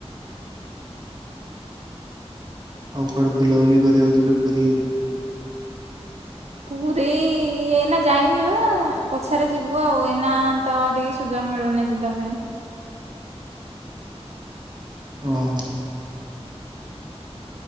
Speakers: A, on the right; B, on the right.
A: ଆଉ କୁଆଡେ ବୁଲାବୁଲି କରିବାକୁ ଯିବେ ପୁରୀ ହେଇଗା।
B: ପୁରୀ ଏଇନା ଯାଇନୁ ପଛରେ ଯିବୁ ଆଉ ଏଇନା ତ ଟିକେ ସୁଯୋଗ ମିଳୁନି ଯିବା ପାଇଁ।
A: ହଁ ହଁ।